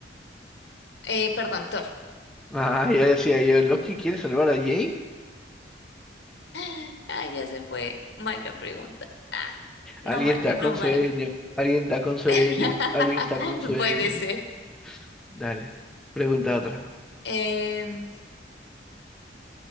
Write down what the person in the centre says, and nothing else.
Ah, ya decía yo, ¿Loki quiere salvar a Jane?
Alguien
está
con sueño,
alguien está con sueño,
alguien está con sueño.
Dale, pregunta otra.